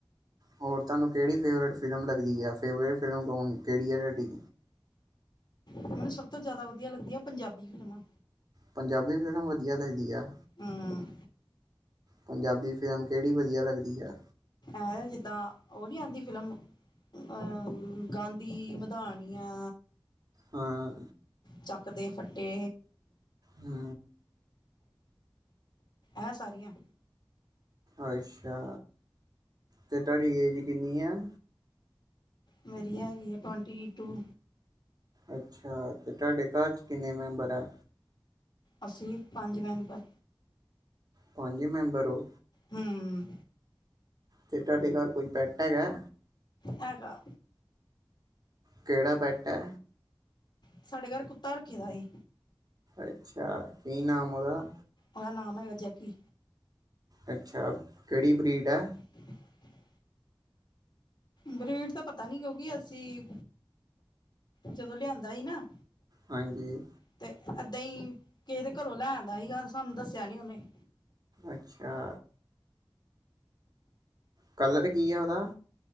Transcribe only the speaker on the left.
ਮੈਨੂੰ ਸਭ ਤੋਂ ਜਿਆਦਾ ਵਧੀਆ ਲੱਗਦੀ ਆ ਪੰਜਾਬੀ ਫਿਲਮਾਂ।
ਹਮ
ਐ ਜਿੱਦਾਂ ਓ ਨੀ ਆਂਦੀ ਫਿਲਮ ਅ ਗਾਂਧੀ, ਮਧਾਣੀ ਆ
ਚੱਕ ਦੇ ਫੱਟੇ।
ਐ ਸਾਰੀਆਂ।
ਮੇਰੀ ਹੈਗੀ ਆ ਟਵੰਟੀ ਟੂ।
ਅਸੀਂ ਪੰਜ ਮੈਂਬਰ।
ਹੂੰ
ਹੈਗਾ।
ਸਾਡੇ ਘਰ ਕੁੱਤਾ ਰੱਖੀ ਦਾ ਈ।
ਉਦਾ ਨਾਮ ਹੈਗਾ ਜੈਕੀ।
<inaudible> ਬਰੀਟ ਤਾਂ ਪਤਾ ਨੀ ਕਿਉਂਕਿ ਅਸੀਂ ਜਦੋ ਲਿਆਂਦਾ ਹੀ ਨਾ
ਤੇ ਐਦਾਂ ਈ ਕਿਸੇ ਦੇ ਘਰੋਂ ਲੈ ਆਂਦਾ ਸੀਗਾ ਸਾਨੂੰ ਦੱਸਿਆ ਨੀ ਉਨੇ।